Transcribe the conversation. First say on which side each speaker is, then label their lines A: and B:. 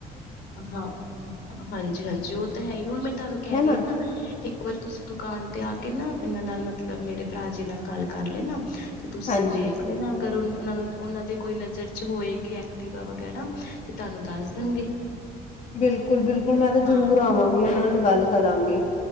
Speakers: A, on the left; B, on the left.
A: ਹਾਂ ਹਾਂਜੀ, ਹਾਂਜੀ, ਉਹ ਤਾਂ ਹੈ ਹੀ ਉਹ ਵੀ ਮੈਂ ਤੁਹਾਨੂੰ ਕਹਿ
B: ਹਨਾ
A: ਰਹੀ ਹਾਂ ਨਾ ਇੱਕ ਵਾਰੀ ਤੁਸੀਂ ਦੁਕਾਨ ਤੇ ਆ ਕੇ ਨਾ, ਇਹਨਾਂ ਨਾਲ ਮਤਲਬ ਮੇਰੇ ਭਰਾ ਜੀ ਨਾਲ ਗੱਲ ਕਰ ਲੇਣਾ ਤੇ ਤੁਸੀਂ
B: ਹਾਂਜੀ
A: ਦੇਖ ਲੈਣਾ, ਨਾ ਅਗਰ ਉਹ ਨੂੰ ਉਹਨਾਂ ਦੇ ਕੋਈ ਨਜ਼ਰ ਚ ਹੋਏਗੀ ਐਕਟੀਵਾ ਵਗੈਰਾ, ਤੇ ਤੁਹਾਨੂੰ ਦੱਸ ਦੇਣਗੇ।
B: ਬਿਲਕੁਲ, ਬਿਲਕੁਲ, ਮੈਂ ਤਾਂ
A: ਹਾਂ
B: ਜਰੂਰ ਆਵਾਂਗੀ, ਉਹਨਾਂ ਨਾਲ ਗੱਲ ਕਰਾਂਗੀ।